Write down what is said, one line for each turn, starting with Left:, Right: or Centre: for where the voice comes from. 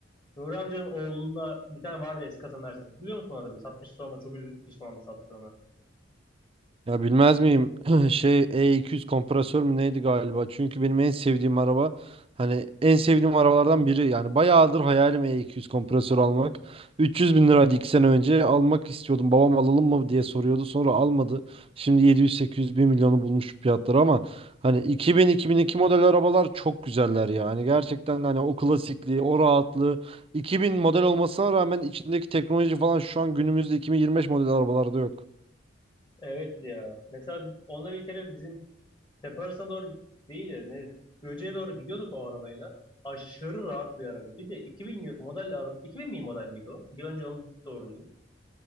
Left: Nuri amcanın oğlunda bir tane vardı eski kasa Mercedes. Biliyor musun arabayı? Satmış sonra çok üzü- pişmanlı sattığını.
Right: Ya bilmez miyim? <clears throat> Şey E200 kompresör mü neydi galiba? Çünkü benim en sevdiğim araba hani en sevdiğim arabalardan biri. Yani bayağıdır hayalim E200 kompresör almak. 300 bin liraydı 2 sene önce almak istiyordum. Babam alalım mı diye soruyordu. Sonra almadı. Şimdi 700-800 bin milyonu bulmuş fiyatları ama hani 2000-2002 model arabalar çok güzeller ya. Hani gerçekten de hani o klasikliği, o rahatlığı 2000 model olmasına rağmen içindeki teknoloji falan şu an günümüzde 2025 model arabalarda yok.
Left: Evet ya. Mesela onunla bir kere bizim tepe arasına doğru değil de ne Göce'ye doğru gidiyorduk o arabayla. Aşırı rahat bir araba. Bir de 2000 yıl- model araba. 2000 mi model miydi o? Bir önce onu doğrulayayım.